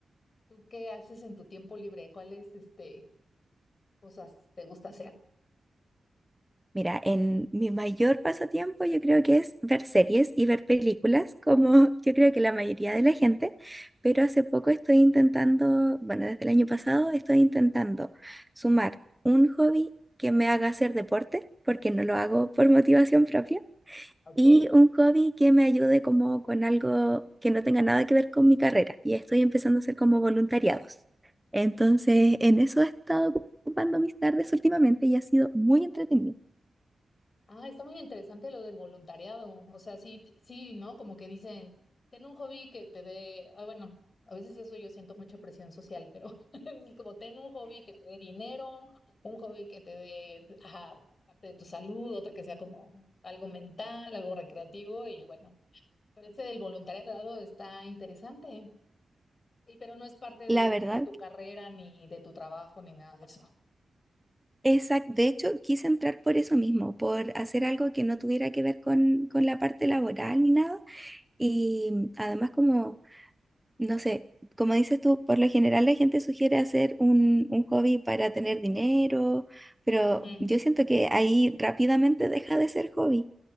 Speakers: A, on the left; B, in the centre.
A: ¿Tú qué haces en tu tiempo libre? ¿Cuál es, este, cosas te gusta hacer?
B: Mira, en mi mayor pasatiempo yo creo que es ver series y ver películas, como yo creo que la mayoría de la gente, pero hace poco estoy intentando, bueno, desde el año pasado estoy intentando sumar un hobby que me haga hacer deporte, porque no lo hago por motivación propia,
A: Ok.
B: y un hobby que me ayude como con algo que no tenga nada que ver con mi carrera. Y estoy empezando a hacer como voluntariados. Entonces, en eso he estado ocupando mis tardes últimamente y ha sido muy entretenido.
A: Ah, está muy interesante lo del voluntariado. O sea, sí, t- sí, ¿no? Como que dicen, ten un hobby que te dé, ah, bueno, a veces eso yo siento mucha presión social, pero <laughs> como ten un hobby que te dé dinero, un hobby que te dé, ajá, parte de tu salud, otro que sea como algo mental, algo recreativo y bueno, pero ese del voluntariado está interesante. Y pero no es parte de
B: La verdad,
A: como de tu carrera ni de tu trabajo ni nada de eso.
B: esa, de hecho, quise entrar por eso mismo, por hacer algo que no tuviera que ver con, con la parte laboral ni nada. Y además como no sé, como dices tú, por lo general la gente sugiere hacer un, un hobby para tener dinero, pero
A: Ujú.
B: yo siento que ahí rápidamente deja de ser hobby